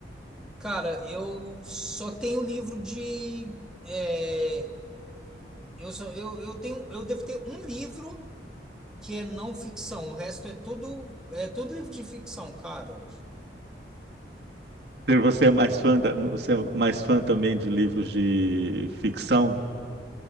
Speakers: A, in the centre; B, on the right.
A: cara, eu só tenho livro de, é, eu só, eu, eu tenho, eu devo ter um livro que é não ficção, o resto é tudo, é tudo livro de ficção, cara.
B: Você é mais fã da, você é mais fã também de livros de ficção?